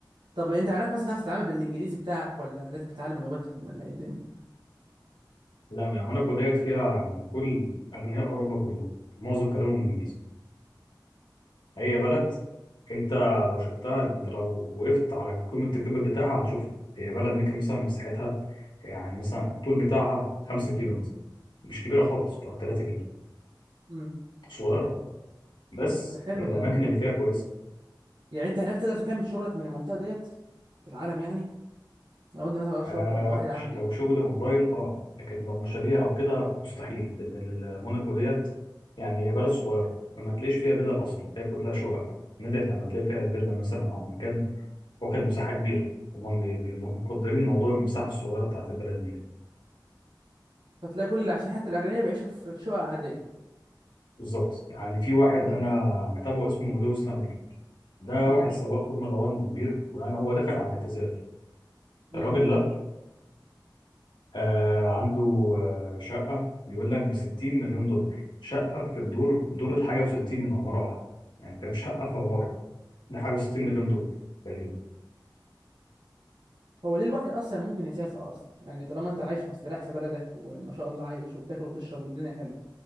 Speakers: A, on the right; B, on the left.
A: طب انت هناك مثلا تعرف تتعامل بالانجليزي بتاعك ولا لازم تتعلم لغتهم ولا ايه الدنيا
B: لا ما يعني موناكو ديت فيها من كل اغنياء اوروبا كلهم معظم كلامهم انجليزي هي بلد انت لو شفتها انت لو وقفت على قمه الجبل بتاعها هتشوفها هي بلد ممكن مثلا مساحتها يعني مثلا الطول بتاعها 5 كيلو مثلا مش كبيره خالص او 3
A: امم
B: صغيرة بس
A: ده حلو
B: الأماكن
A: والله
B: اللي فيها كويسة
A: يعني انت هناك تقدر تكمل شغلك من المنطقه ديت في العالم يعني لو انت مثلا وراك شغل
B: آه
A: ولا واحد عامل
B: ش-
A: ايه
B: لو شغل أونلاين أه لكن لو مشاريع أو كده مستحيل لأن ال- ال- موناكو ديت يعني هي بلد صغيرة فما تلاقيش فيها فيلا أصلا تلاقي كلها شقق نادر لما تلاقي فيها فيلا مثلا أو مكان واخد مساحة كبيرة هما بي- بي- مقدرين موضوع المساحة الصغيرة بتاعت البلد دي
A: فتلاقي كل عشان حتى الاغنياء بيعيشوا في في شقق عاديه
B: بالظبط يعني في واحد أنا متابعه اسمه لويس هامilton ده
A: امم
B: واحد سواق فورمولا 1 كبير ويعني هو دخل على الاعتزال
A: امم
B: الراجل ده آه عنده آه شقة بيقول لك بستين مليون دولار شقة في الدور دور الحاجة وستين من عمارة واحدة يعني فاهم شقة في عمارة دي حاجة وستين
A: امم.
B: مليون دولار تقريبا
A: هو ليه الواحد اصلا ممكن يسافر اصلا يعني طالما انت عايش ومستريح في بلدك وما شاء الله عايش وبتاكل وتشرب والدنيا حلوه